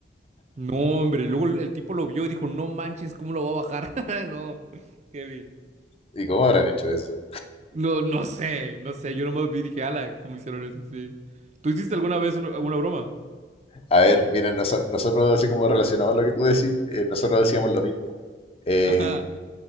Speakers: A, on the right; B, on the left.
A: No, hombre, y luego el, el tipo lo vio y dijo, no manches, ¿cómo lo va a bajar? <laughs> No, heavy.
B: ¿Y cómo habrán hecho eso?
A: No, no sé, no sé, yo nomás vi y dije, ala, ¿cómo hicieron eso? Sí. ¿Tú hiciste alguna vez una- alguna broma?
B: A ver, miren, noso- nosotros, así como relacionado a lo que tú decís, eh, nosotros decíamos lo mismo. Eh,
A: Ajá,